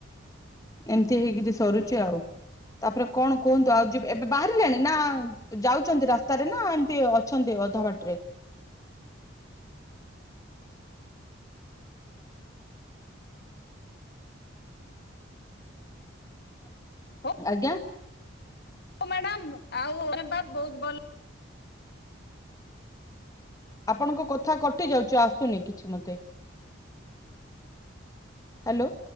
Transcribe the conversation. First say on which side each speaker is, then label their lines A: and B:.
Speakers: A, on the left; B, on the left.
A: ଏମିତି ହେଇକରି ସରୁଛି ଆଉ ତାପରେ କଣ କୁହନ୍ତୁ ଆଉ ଯ ଏବେ ବାହାରିଲାଣି ନା ଯାଉଛନ୍ତି ରାସ୍ତାରେ ନା ଏମିତି ଅଛନ୍ତି ଅଧା ବାଟ ରେ?
B: ହଉ
A: ଆଜ୍ଞା।
B: ମ୍ୟାଡାମ ଆଉ ବା ବହୁତ ଭଲ।
A: ଆପଣଙ୍କ କଥା କଟି ଯାଉଛୁ ଆସୁନି କିଛି ମତେ। ହ୍ୟାଲୋ।